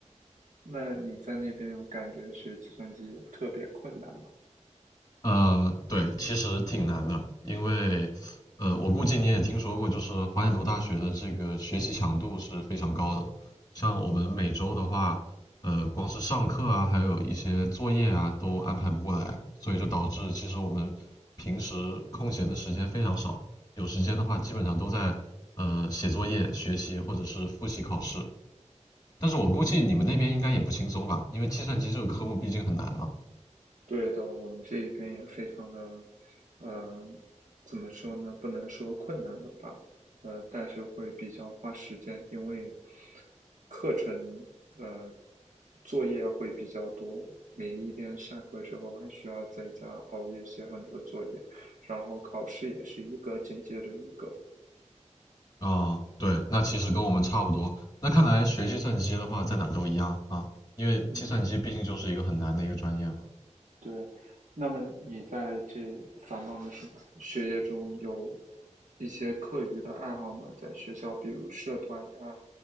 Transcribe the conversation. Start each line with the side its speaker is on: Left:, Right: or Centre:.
Right: 那你在那边有感觉学计算机特别困难吗？
Left: 呃，对，其实挺难的，因为呃，我估计你也听说过，就是华北读大学的这个学习强度是非常高的。像我们每周的话，呃，光是上课啊，还有一些作业啊，都安排不过来，所以就导致其实我们平时空闲的时间非常少，有时间的话基本上都在呃写作业、学习或者是复习考试。但是我估计你们那边应该也不轻松吧，
Right: 嗯，
Left: 因为计算机这个科目毕竟很难嘛。
Right: 对的，我们这边也非常的，呃，怎么说呢？不能说困难的吧，呃，但是会比较花时间，因为课程，呃，作业会比较多，每一天下课之后还需要在家熬夜写很多作业，然后考试也是一个紧接着一个。
Left: 哦，对，那其实跟我们差不多。那看来学计算机的话，在哪都一样啊，因为计算机毕竟就是一个很难的一个专业嘛。
Right: 嗯。对，那么你在这繁忙的学学业中有一些课余的爱好吗？在学校，比如社团呀、